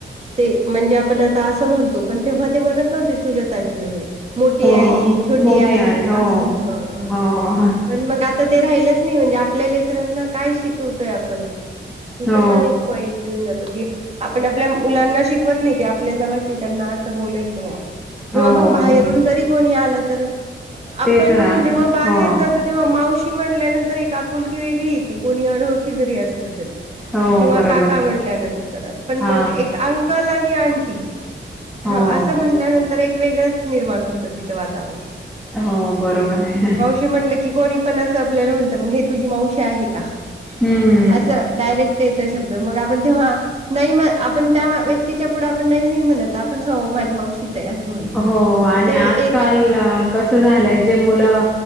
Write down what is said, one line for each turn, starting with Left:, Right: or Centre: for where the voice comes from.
Right: ते म्हणजे आपण आता असं म्हणतो. पण तेव्हा ते म्हणत नव्हते चुलत आजी वगैरे. मोठी
Centre: हो
Right: आई, छोटी
Centre: मोठी
Right: आई
Centre: आहे हो
Right: असं. ह,
Centre: हो
Right: पण मग आ ता ते राहिलंच नाही. म्हणजे आपल्या लेकरांना काय शिकवतोय आपण? इथं
Centre: हो
Right: पण एक पॉइंट येऊन जातो. की आपण आपल्या मुलांना शिकवत नाही. ते आपल्या जवळचेय त्यांना असं बोलायचं बा. किंवा
Centre: हो
Right: मग बाहेरून जरी कोणी आलं तर,
Centre: ते
Right: आपण
Centre: तर आहेच
Right: जेव्हा बाहेर
Centre: हो
Right: जा तोस ना तेव्हा मावशी म्हणल्यानंतर एक आपुलकी वेगळी येती. कोणी अनओ ळखी जरी असल तरी.
Centre: हो
Right: किंव्हा
Centre: बरोबर
Right: काका म्हटल्या नंतर पण
Centre: हा
Right: मग एक आंग अंकल आणि आंटी. ह
Centre: हो
Right: असं म्हटल्यानंतर एक वेगळंच निर्माण होतं तिथं वातावरण.
Centre: हो बरोबरे.
Right: म्हंनलं की कोणी पण असं आपल्या म्हणत. मग हे तुझी मावशी आहे का?
Centre: हम.
Right: असं डायरेक्ट येत शब्द. मग आपण तेव्हा नाही म आपण त्या व्यक्तीच्या पुढे आपण नाही नाही म्हणत. आपण हो माझी मावशीच आहे असं म्हणतो.
Centre: हो
Right: मग
Centre: आणि
Right: ते
Centre: आजकाल
Right: एक
Centre: कसं झालंय? जे मुलं